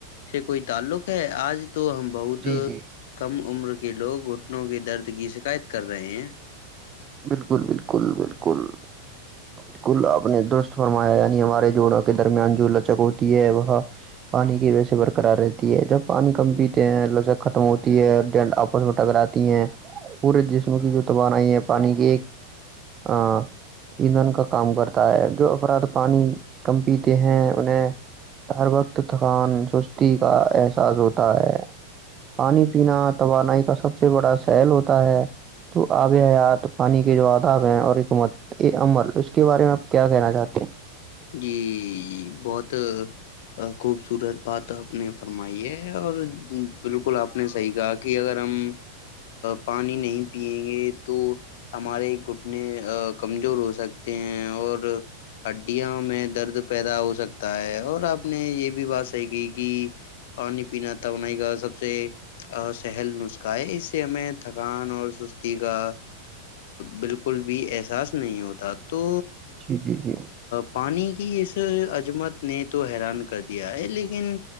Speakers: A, on the left; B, on the right.
A: سے کوئی تعلق ہے آج تو ہم بہت
B: جی جی
A: کم عمر کے لوگ گھٹنوں کے درد کی شکایت کر رہے ہیں
B: بالکل بالکل بالکل بالکل آپ نے درست فرمایا یعنی ہمارے جوڑوں کے درمیان جو لچک ہوتی ہے وہ پانی کی وجہ سے برقرار رہتی ہے جب پانی کم پیتے ہیں لذک ختم ہوتی ہے اور ڈنڈ <unintelligible> آپس میں ٹکراتی ہیں پورے جسم کی جو توان آئی ہے پانی کی ایک ہاں <unintelligible> ایندھن کا کام کرتا ہے جو افراد پانی کم پیتے ہیں انہیں ہر وقت تھکان سستی کا احساس ہوتا ہے پانی پینا توانائی کا سب سے بڑا سحل ہوتا ہے تو آب حیات پانی کے جو آداب ہیں اور حکومت یہ عمل اس کے بارے میں آپ کیا کہنا چاہتے ہیں
A: جی بہت خوبصورت بات آپ نے فرمائی ہے اور بالکل آپ نے صحیح کہا کہ کہ اگر ہم پانی نہیں پیئیں گے تو ہمارے گھٹنے کمزور ہو سکتے ہیں اور ہڈییاوں میں درد پیدا ہو سکتا ہے اور آپ نے یہ بھی بات صحیح کی کہ پانی پینا توانائی کا سب سے سہل نسخہ ہے اس سے ہمیں تھکان اور سستی کا بالکل بھی احساس نہیں ہوتا تو
B: جی جی جی
A: پانی کی اس عجمت نے تو ہے حیران کر دیا ہے لیکن